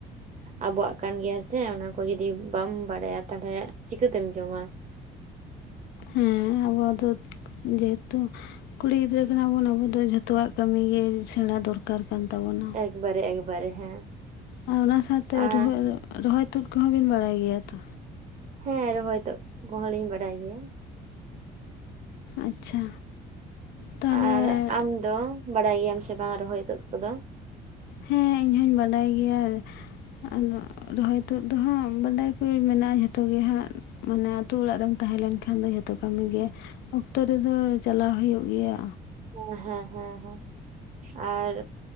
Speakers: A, on the right; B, on the left.
A: ᱟᱵᱚᱣᱟᱜ ᱠᱟᱱ ᱜᱮᱭᱟ ᱥᱮ ᱚᱱᱟ ᱠᱚ ᱡᱩᱫᱤ ᱵᱟᱢ ᱵᱟᱲᱟᱭᱟ ᱛᱟᱦᱚᱞᱮ ᱪᱤᱠᱟᱹᱛᱮᱢ ᱡᱚᱢᱟ
B: ᱦᱮᱸ ᱟᱵᱚᱣᱟᱜ ᱫᱚ ᱡᱮᱦᱮᱛᱩ ᱠᱩᱲᱤ ᱜᱤᱫᱽᱨᱟᱹ ᱠᱟᱱᱟ ᱵᱚᱱ ᱟᱵᱚ ᱫᱚ ᱡᱷᱚᱛᱚᱣᱟᱜ ᱠᱟᱹᱢᱤ ᱜᱮ ᱥᱮᱬᱟ ᱫᱚᱨᱠᱟᱨ ᱠᱟᱱ ᱛᱟᱵᱚᱱᱟ
A: ᱮᱠᱵᱟᱨᱮ ᱮᱠᱵᱟᱨᱮ ᱦᱮᱸ
B: ᱟᱨ ᱚᱱᱟ ᱥᱟᱶᱛᱮ
A: ᱟᱨ
B: ᱨᱚᱦᱚ ᱨᱚᱦᱚᱭ ᱛᱩᱫ ᱠᱚᱦᱚᱸ ᱵᱤᱱ ᱵᱟᱲᱟᱭ ᱜᱮᱭᱟ ᱛᱚ
A: ᱦᱮᱸ ᱨᱚᱦᱚᱭ ᱛᱚᱜ ᱠᱚᱦᱚᱸ ᱞᱤᱧ ᱵᱟᱰᱟᱭ ᱜᱮᱭᱟ
B: ᱟᱪᱪᱷᱟ ᱛᱟᱦᱚᱞᱮ
A: ᱟᱨ ᱟᱢ ᱫᱚ ᱵᱟᱲᱟᱭ ᱜᱮᱭᱟᱢ ᱥᱮ ᱵᱟᱝ ᱨᱚᱦᱚᱭ ᱛᱳᱫ ᱠᱚᱫᱚ
B: ᱦᱮᱸ ᱤᱧ ᱦᱚᱧ ᱵᱟᱰᱟᱭ ᱜᱮᱭᱟ ᱟᱫᱚ ᱨᱚᱦᱚᱭ ᱛᱩᱫ ᱫᱚ ᱦᱟᱸᱜ ᱵᱟᱰᱟᱭ ᱠᱚ ᱢᱮᱱᱟᱜ-ᱟ ᱡᱷᱚᱛᱚ ᱜᱮ ᱦᱟᱸᱜ ᱢᱟᱱᱮ ᱟᱛᱳ ᱚᱲᱟᱜ ᱨᱮᱢ ᱛᱟᱦᱮᱸ ᱞᱮᱱᱠᱷᱟᱱ ᱫᱚ ᱡᱷᱚᱛᱚ ᱠᱟᱹᱢᱤ ᱜᱮ ᱚᱠᱛᱚ ᱨᱮᱫᱚ ᱪᱟᱞᱟᱣ ᱦᱩᱭᱩᱜ ᱜᱮᱭᱟ
A: ᱳ ᱦᱮᱸ ᱦᱮᱸ ᱦᱮᱸ ᱦᱮᱸ ᱟᱨ